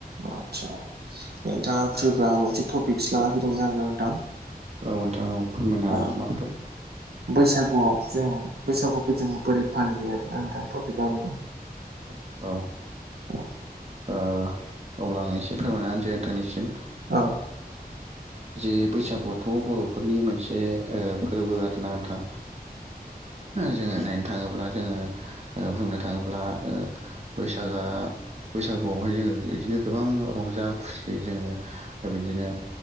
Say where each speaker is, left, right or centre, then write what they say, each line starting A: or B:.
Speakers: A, on the right; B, on the right.
A: आदसा नोंथाङा फ्रिबा मोनसे टपिकससो लाना फैदोंमोन आरोना नोंथां।
B: औ नोंथां औ फोरमायनो हागोन
A: ओ
B: माबे टफिक
A: बैसागुआव जोङो बैसागुखौ जोङो बोरै फालियो आरो नोंथां टपिकआ बेनो
B: औ औ
A: औ
B: ओ अब्ला आं एसे फोरमायना होनोसै थांनिसिम
A: औ <inaudible>
B: जे बैसागुआथ' बर'फोरनि मोनसे ओ फोरबो आरोना नोंथां जोङो नायनो थाङोब्ला जोङो ओ बुंनो थाङोब्ला ओ बैसागआ बैसागुआवहाय जोङो बिदिनो गोबां रंजा खुसियै जोङो बिदिनो